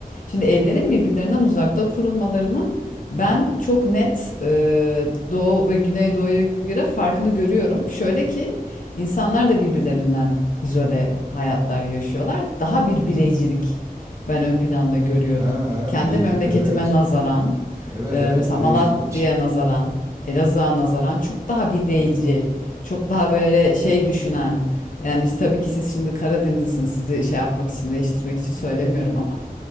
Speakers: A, on the left; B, on the right.
A: Şimdi evlerin birbirlerinden uzakta kurulmalarının ben çok net e, Doğu ve Güneydoğu'ya göre farkını görüyorum. Şöyle ki insanlar da birbirlerinden izole hayatlar yaşıyorlar. Daha bir bireycilik ben ön planda görüyorum.
B: ha, ha,
A: Kendi
B: bireyci
A: memleketime
B: evet
A: nazaran,
B: evet
A: e,
B: evet
A: mesela
B: bireycilik
A: Malatya'ya nazaran, Elazığ'a nazaran çok daha bireyci, çok daha böyle şey düşünen. Yani işte tabii ki siz şimdi Karadenizlisiniz, sizi şey yapmak için, değiştirmek için söylemiyorum ama